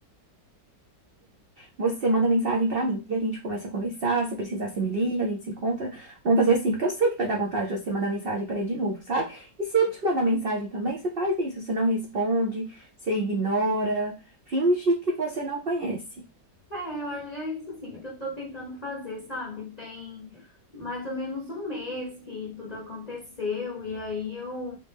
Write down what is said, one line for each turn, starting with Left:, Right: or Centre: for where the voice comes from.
Right: você manda mensagem pra mim e a gente começa a conversar, se precisar você me liga, a gente se encontra. Vamos fazer assim, porque eu sei que vai dar vontade de você mandar mensagem pra ele de novo, sabe? E se ele te mandar mensagem também, você faz isso, você não responde, você ignora, finge que você não conhece.
Left: É, eu acho que é isso assim que eu tô tentando fazer, sabe? Tem mais ou menos um mês que tudo aconteceu e aí eu